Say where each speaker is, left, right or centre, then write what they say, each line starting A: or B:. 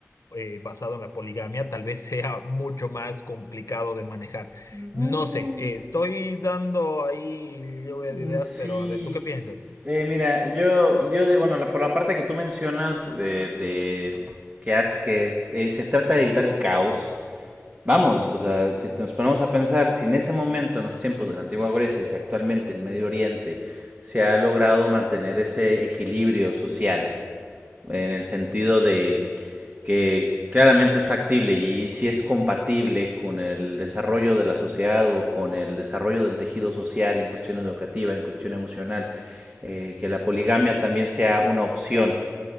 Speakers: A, on the left; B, on the right.
A: eh, basado en la poligamia, tal vez <laughs> sea mucho más complicado de manejar.
B: No.
A: No sé, eh, estoy dando ahí lluvia
B: Mm,
A: de ideas,
B: Sí,
A: pero a ver, ¿tú qué piensas?
B: Eh, mira, yo, yo de, bueno, la- por la parte que tú mencionas de, de que, has, que eh, se trata de evitar el caos, vamos, o sea, si nos ponemos a pensar, si en ese momento, en los tiempos de la antigua Grecia y si actualmente en Medio Oriente se ha logrado mantener ese equilibrio social, en el sentido que claramente es factible y si es compatible con el desarrollo de la sociedad o con el desarrollo del tejido social en cuestión educativa, en cuestión emocional, eh, que la poligamia también sea una opción